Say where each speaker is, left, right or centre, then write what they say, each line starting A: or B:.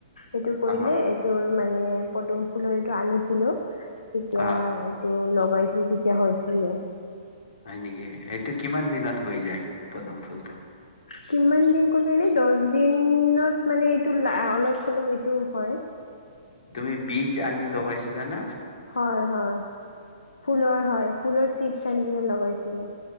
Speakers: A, on the left; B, on the left.
A: সেইটো কৰিলে
B: অ
A: এইটো মানে পদুম ফুলৰ এইটো আনিছিলো তেতিয়া
B: অ
A: এইটো লগাই। তেতিয়া হৈছিলে।
B: হয় নেকি? এইটো কিমান দিনত হৈ যায় পদুম ফুলটো?
A: কিমান দিন ক'লে এনে দহ দিনত মানে এইটো অলপ চলপ এইটো হয়।
B: তুমি বীজ আনি লগাইছিলা ন?
A: হয় -হয় ফুলৰ হয় ফুলৰ চিড আনি লগাইছিলো।